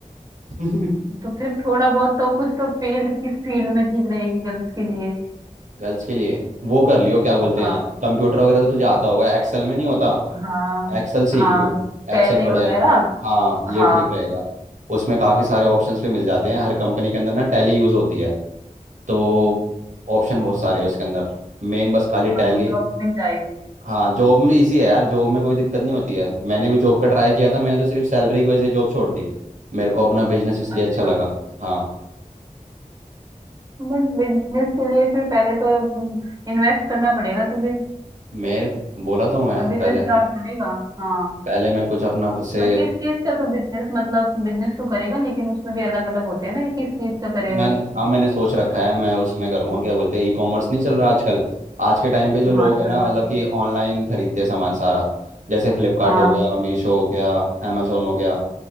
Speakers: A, on the right (about 65°); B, on the right (about 25°).
A: <laughs>
B: तो फिर थोड़ा बहुत तो कुछ तो फील्ड किस फील्ड में ठीक रहेगी गर्ल्स के लिए
A: गर्ल्स के लिए वो कर लियो क्या बोलते
B: हाँ
A: हैं कंप्यूटर वगैरह तो तुझे आता होगा एक्सेल में नहीं होता
B: हाँ
A: एक्सेल सीख
B: हाँ
A: लियो
B: टैली
A: एक्सेल बढ़िया
B: वगैरह
A: रहे हाँ ये
B: हाँ
A: ठीक रहेगा उसमें काफ़ी सारे ऑप्शंस भी मिल जाते हैं हर कंपनी के अंदर ना टैली यूज़ होती है तो ऑप्शन बहुत सारे हैं उसके अंदर मेन बस खाली
B: तो मतलब
A: टैली
B: जॉब मिल जाएगी
A: हाँ जॉब में इजी है यार जॉब में कोई दिक्कत नहीं होती है मैंने भी जॉब का ट्राई किया था मैंने तो सिर्फ सैलरी की वजह से जॉब छोड़ दी मेरे को अपना बिजनेस इसलिए
B: अच्छा
A: अच्छा लगा हाँ
B: बट बिजनेस के लिए फिर पहले तो इन्वेस्ट करना पड़ेगा तुझे
A: मैं बोला तो हूँ मैं
B: तभी
A: पहले
B: तो स्टार्ट करेगा हाँ
A: पहले मैं कुछ अपना खुद से
B: और किस चीज का तू बिजनेस मतलब बिजनेस तो करेगा लेकिन उसमें भी अलग अलग होते हैं ना कि किस चीज का करेगा
A: मैंने हाँ मैंने सोच रखा है मैं उसमें करूँगा क्या बोलते हैं ई कॉमर्स नहीं चल रहा आजकल आज के टाइम पे जो लोग
B: हाँ चल
A: हैं ना मतलब
B: रहा है
A: कि ऑनलाइन खरीदते हैं सामान सारा जैसे फ्लिपकार्ट
B: हाँ
A: हो गया मीशो हो गया अमेजोन हो गया